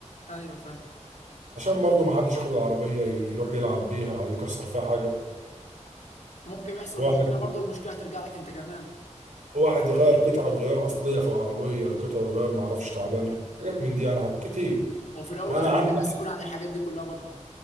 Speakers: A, on the left; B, on the right.
A: ايوه فاهم
B: عشان برضه ما حدش ياخد العربيه يروح يلعب بيها او يكسر فيها حاجه
A: ممكن يحصل
B: واحد
A: مشكله برضه المشكله هترجع لك انت كمان
B: واحد يغير قطعه غيار اصليه في العربيه القطعه غيار ما اعرفش تعبانه حاجات من دي انا كتير
A: وفي الاول
B: وانا
A: والاخر
B: عندي
A: انت مسؤول عن الحاجات دي كلها برضه